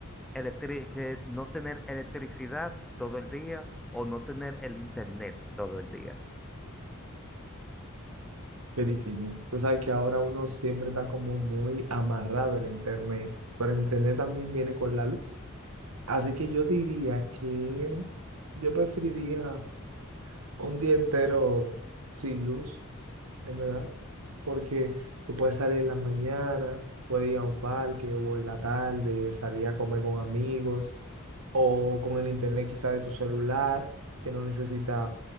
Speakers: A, in the centre; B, on the right.
A: electri- que no tener electricidad todo el día o no tener el internet todo el día?
B: Qué difícil. Tú sabes que ahora uno siempre está como muy amarrado en internet, pero el internet también viene con la luz. Así que yo diría que yo preferiría un día entero sin luz. es verdad, porque tú puedes salir en las mañanas, puedes ir a un parque o en la tarde, salir a comer con amigos o con el internet quizá de tu celular, que no necesita,